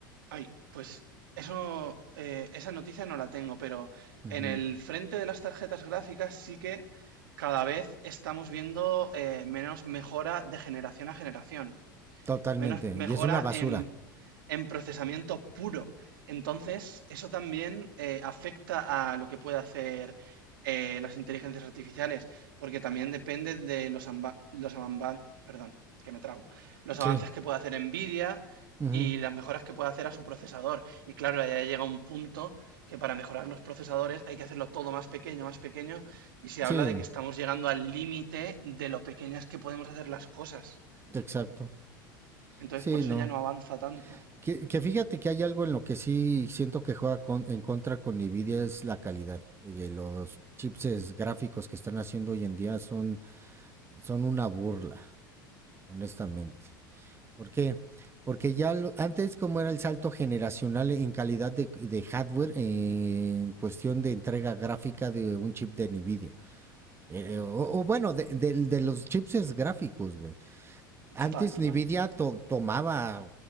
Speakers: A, on the right (about 75°); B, on the right (about 20°).
A: Ay, pues eso, eh, esa noticia no la tengo, pero
B: Ujú.
A: en el frente de las tarjetas gráficas sí que cada vez estamos viendo eh, menos mejora de generación a generación.
B: Totalmente.
A: menos mejora
B: Y es una basura.
A: en, en procesamiento puro. Entonces, eso también eh, afecta a lo que puede hacer eh, las inteligencias artificiales, porque también depende de los, amba- los amba- perdón, que me trabo, los avances
B: Sí.
A: que pueda hacer Nvidia
B: Ujú.
A: y las mejoras que pueda hacer a su procesador. Y claro, ya llega un punto que para mejorar los procesadores hay que hacerlo todo más pequeño, más pequeño, y se
B: Sí.
A: habla de que estamos llegando al límite de lo pequeñas que podemos hacer las cosas.
B: Exacto.
A: Entonces,
B: Sí,
A: por eso
B: no.
A: ya no avanza tanto.
B: Que, que fíjate que hay algo en lo que sí siento que juega con- en contra con Nvidia es la calidad. Eh, los chips gráficos que están haciendo hoy en día son, son una burla, honestamente. ¿Por qué? Porque ya lo- antes como era el salto generacional en calidad de, de hardware, eh, en cuestión de entrega gráfica de un chip de Nvidia. Eh, o, o bueno, de, de- de los chips gráficos, güey. antes
A: Total, total.
B: Nvidia to- tomaba,